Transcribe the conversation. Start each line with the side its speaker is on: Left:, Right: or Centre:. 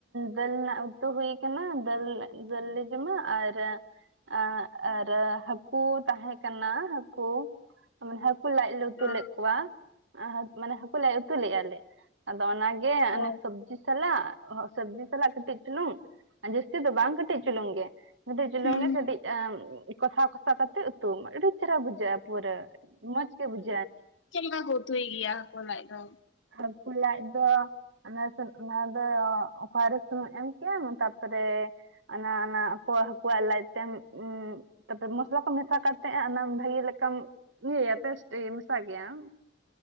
Right: ᱫᱟᱹᱞ ᱱᱟᱜ ᱩᱛᱩ ᱦᱩᱭ ᱠᱟᱱᱟ᱾ ᱫᱟᱹᱞ ᱫᱟᱹᱞ ᱞᱮ ᱡᱚᱢᱟ᱾ ᱟᱨ ᱟ ᱟᱨ ᱦᱟᱹᱠᱩ ᱛᱟᱦᱮᱸ ᱠᱟᱱᱟ ᱦᱟᱹᱠᱩ ᱢᱟᱱᱮ ᱦᱟᱹᱠᱩ ᱞᱟᱡ ᱞᱮ ᱩᱛᱩ
Left: ᱚ
Right: ᱞᱮᱜ ᱠᱚᱣᱟ᱾ ᱟ ᱦᱟ ᱢᱟᱱᱮ ᱦᱟᱹᱠᱩ ᱞᱮ ᱩᱛᱩ ᱞᱮᱜᱟ ᱞᱮ᱾ ᱟᱫᱚ ᱚᱱᱟᱜᱮ ᱚᱱᱮ
Left: ᱚ
Right: ᱥᱚᱵᱽᱡᱤ ᱥᱟᱞᱟᱜ ᱥᱚᱵᱽᱡᱤ ᱥᱟᱞᱟᱜ ᱠᱟᱹᱴᱤᱡ ᱪᱩᱞᱩᱝ᱾ ᱡᱟᱹᱥᱛᱤ ᱫᱚ ᱵᱟᱝ ᱠᱟᱹᱴᱤᱡ ᱪᱩᱞᱩᱝ ᱜᱮ᱾ ᱦᱩᱰᱩᱜ ᱪᱩᱞᱩᱝ
Left: ᱦᱩᱸ
Right: ᱜᱮ ᱠᱟᱴᱤᱡ ᱟ ᱠᱚᱥᱟᱣ ᱠᱚᱥᱟᱣ ᱠᱟᱛᱮᱜ ᱩᱛᱩ ᱢᱮ᱾ ᱟᱹᱰᱤ ᱪᱮᱦᱨᱟ ᱵᱩᱡᱷᱟᱹᱜ-ᱟ ᱯᱩᱨᱟᱹ᱾ ᱢᱚᱡᱽ ᱜᱮ ᱵᱩᱡ
Left: ᱪᱮᱜ ᱞᱮᱠᱟ ᱠᱚ ᱩᱛᱩᱭ ᱜᱮᱭᱟ ᱦᱟᱠᱳ ᱞᱟᱡ ᱫᱚ?
Right: ᱦᱟᱠᱩ ᱞᱟᱡ ᱫᱚ ᱟᱞᱮ ᱥᱮᱫ ᱞᱟᱦᱟ ᱨᱮ ᱫᱚ ᱚᱯᱷᱟᱨ ᱦᱩᱛᱩᱢ ᱦᱮᱢ ᱠᱮᱜᱟ ᱚᱱᱠᱟ ᱛᱟᱨᱯᱚᱨᱮ ᱚᱱᱟ ᱚᱱᱟ ᱟᱠᱚᱣᱟᱜ ᱦᱟᱹᱠᱩᱣᱟᱜ ᱞᱟᱡ ᱛᱮᱢ ᱦᱩ ᱛᱟᱯᱚᱨᱮ ᱢᱚᱥᱞᱟ ᱠᱚ ᱢᱮᱥᱟ ᱠᱟᱛᱮᱜ ᱚᱱᱟ ᱵᱷᱟᱹᱜᱤ ᱞᱮ ᱠᱟᱢ ᱤᱭᱟᱹᱭᱟ ᱯᱷᱮᱥᱴ ᱢᱮᱥᱟ ᱜᱮᱭᱟ